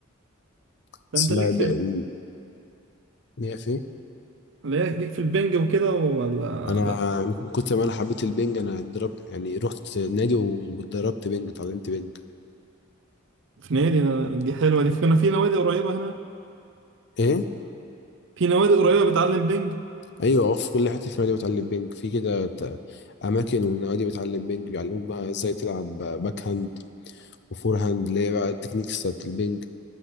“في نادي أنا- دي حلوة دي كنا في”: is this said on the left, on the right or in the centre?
Right